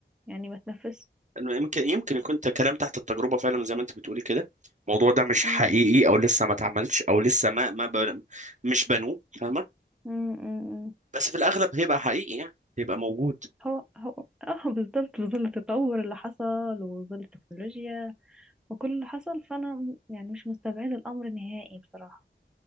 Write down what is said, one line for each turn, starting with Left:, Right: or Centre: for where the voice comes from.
Centre: يعني ما تنفس
Right: انه يمكن يمكن يكون ت- كلام تحت التجربه فعلا زي ما انت بتقولي كده الموضوع ده مش حقيقي
Centre: مم،
Right: او لسه ما اتعملش او لسه ما ما بن- مش بنوه فاهمه
Centre: مم، مم، مم.
Right: بس في الاغلب هيبقى حقيقي يعني هيبقى موجود
Centre: هو هو <laughs> اه بالظبط بظل التطور اللي حصل وظل التكنولوجيا وكل اللي حصل فانا يعني مش مستبعدة الامر نهائي بصراحة